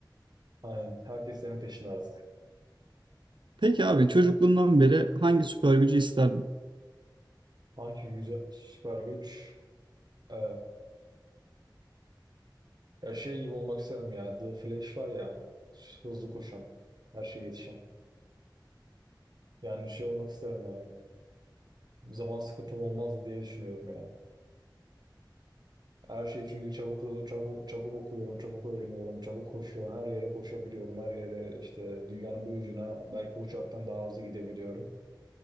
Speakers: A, on the right; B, on the right.
A: Hani herkes senin peşinde artık.
B: Peki abi çocukluğundan beri hangi süper gücü isterdin?
A: Hangi güzel süper güç? Ee, ya şey gibi olmak isterim ya The Flash var ya hızlı koşan her şeye yetişen. Yani şey olmak isterim yani. zaman sıkıntım olmazdı diye düşünüyorum yani. Her şeyi çünkü çabuk çabuk çabuk okuyorum, çabuk öğreniyorum, çabuk koşuyorum. Her yere koşabiliyorum. Her yere işte dünyanın bir ucuna belki bu uçaktan daha hızlı gidebiliyorum.